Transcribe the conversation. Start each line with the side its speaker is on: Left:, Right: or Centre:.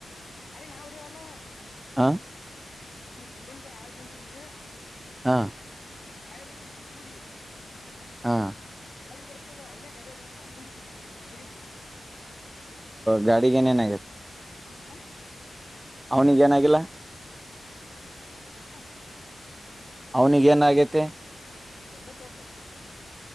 Left: ನಾವುಡವಲ್ಲ
Right: ಹ
Left: ಸೋರೂಮ ತ ಆಯಲ್ ಚಮ ತು ನೀ
Right: ಹಾ
Left: ಕಾಯಲು ಇಬರು ಕುಡಿ
Right: ಹಾ
Left: ಬಾ ಬತ್ತತವ ಅವನೇ ಗಡಿಡವ ಹಂದಿ ಕುದಿ ಬಿತಪ್ಪ ಕಡಿ ಬಿಟ್ಟಪ್ಪ
Right: ಗಾಡಿಿಗೆ ಏನೇನ ಆಾಗತ್ತು
Left: ಹಾ
Right: ಅವನಿಗ ಏನಾಗಿಲ್ಲ
Left: ಹ
Right: ಅವನಿಗೇನ ಆಗೈತಿ
Left: ದಬ್ಬತ್ ಬರ್ತ ಅಷ್ಟೇ